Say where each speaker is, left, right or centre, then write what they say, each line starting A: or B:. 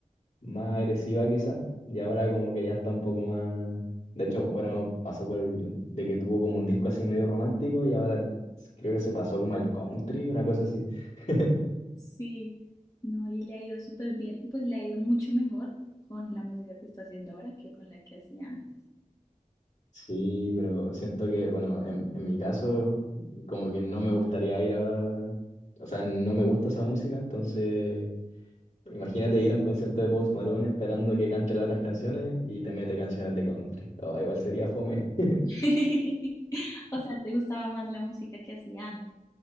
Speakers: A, on the left (about 55°); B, on the left (about 25°).
A: más agresiva quizás, y ahora como que ya está un poco más... De hecho, bueno, pasó por de que tuvo como un disco así medio romántico y ahora creo que se pasó como al country, una cosa así. <laughs>
B: Sí, no, y le ha ido súper bien, pues le ha ido mucho mejor con la música que está haciendo ahora que con la que hacía antes.
A: Sí, pero siento que, bueno, en, en mi caso, como que no me gustaría ir a... O sea, no me gusta esa música, entonces imagínate ir a un concierto de Post Malone esperando que cante las otras canciones y te mete canciones de country. Oh, igual sería fome. <laughs>
B: <laughs> O sea, te gustaba más la música que hacía antes.